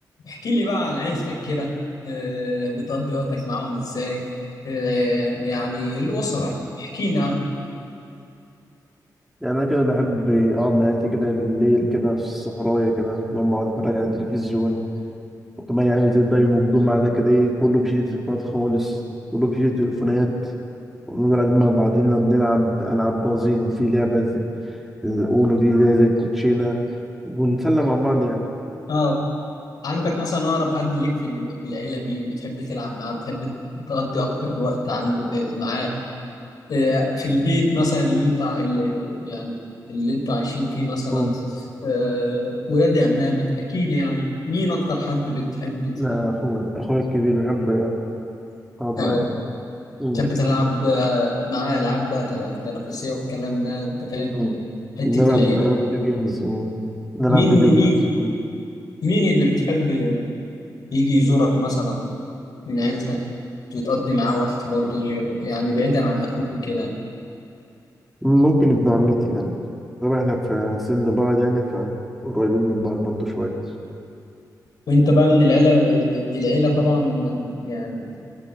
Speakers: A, on the left; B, in the centre.
A: احكي لي بقى عن عيلتك كده آه، بتقضي وقتك معاهم ازاي آه، يعني الأسرة احكي لنا عنها.
B: يعني أنا كده بحب أقعد مع عيلتي كده بالليل كده في الصحراية كده بقعد أقعد أتفرج على التلفزيون وكمان يعني بالذات ده يوم الجمعة ده كده إيه كله بيشيل التليفونات خالص كله بيشيل التليفونات ونفضل قاعدين مع بعضينا بنلعب ألعاب بازل في لعبة الأونو دي زي زي الكوتشينة ونتسلى مع بعض يعني
A: اه عندك مثلا أقرب حد ليك في ال- في العيلة مين بتحب تلعب معاه بتحب تقضي أكتر وقت عنده آه، معاه آه، في البيت مثلا اللي أنت اللي يعني اللي أنتوا عايشين فيه مثلا
B: أه
A: آه، ولاد عمامك أكيد يعني مين أكتر حد بتحب ت-
B: لا أخويا أخويا الكبير بحب أقعد
A: اه
B: معاه يعني. مم.
A: تحب تلعب آه، معاه ألعاب بقى تنافسية والكلام ده أنت فاهم
B: مم.
A: حتة
B: نلعب
A: العيلة
B: نلعب فيديو جيمز مم. نلعب
A: مين
B: فيديو
A: مين
B: جيمز
A: مين اللي بتحب يجي يزورك مثلا من عيلتك وتقضي معاه وقت برضه غير يعني بعيدا عن أخوك وكده
B: ممكن ابن عمتي يعني طبعا احنا في سن بعض يعني فقريبين من بعض برضه شوية
A: وأنت بقى من العيلة العيلة طبعا يعني